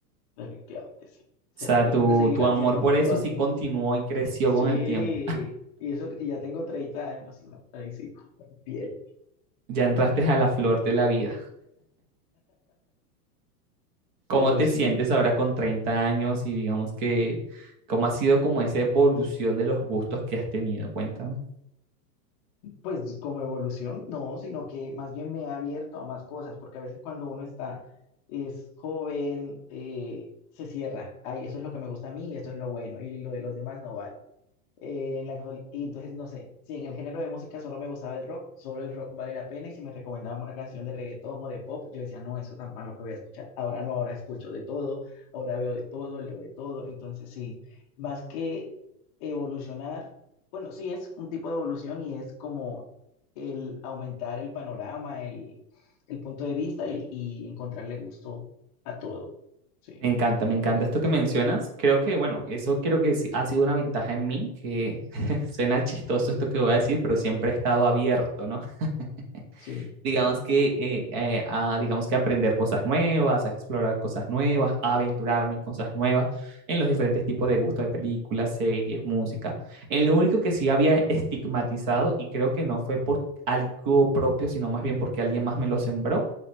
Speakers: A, on the left; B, on the right.
A: definitivamente sí. Se-
B: O sea,
A: Yo
B: tu,
A: creo que seguirán
B: tu amor
A: siendo
B: por
A: por
B: eso
A: toda
B: sí
A: mi
B: continuó
A: vida.
B: y creció
A: Sí,
B: con el tiempo.
A: y eso, y ya tengo 30 años y no, ahí sí, piel.
B: Ya entraste a la flor de la vida. ¿Cómo
A: Pero
B: te
A: sí,
B: sientes ahora con 30 años y digamos que cómo ha sido como esa evolución de los gustos que has tenido? Cuéntame.
A: pues como evolución, no, sino que más bien me ha abierto a más cosas, porque a veces cuando uno está, es joven, eh, se cierra. Ay, eso es lo que me gusta a mí, y esto es lo bueno, y lo de los demás no vale. eh, en la actual- y entonces, no sé, si en el género de música solo me gustaba el rock, solo el rock vale la pena. Y si me recomendaban una canción de reggaetón o de pop, yo decía, no, eso tan malo que voy a escuchar. Ahora no, ahora escucho de todo, ahora veo de todo, leo de todo. Entonces, sí, más que evolucionar, bueno, sí es un tipo de evolución y es como el aumentar el panorama, el, el punto de vista y, y encontrarle gusto a todo. Sí,
B: Me encanta, me
A: se
B: encanta
A: podría decir.
B: esto que mencionas. Creo que, bueno, eso creo que sí ha sido una ventaja en mí, que <laughs> suena chistoso esto que voy a decir, pero siempre he estado abierto, ¿no? <laughs>
A: Sí,
B: Digamos que, eh, eh, a, digamos que aprender cosas nuevas, a explorar cosas nuevas, a aventurarme en cosas nuevas, en los diferentes tipos de gustos de películas, series, música. En lo único que sí había estigmatizado, y creo que no fue por algo propio, sino más bien porque alguien más me lo sembró,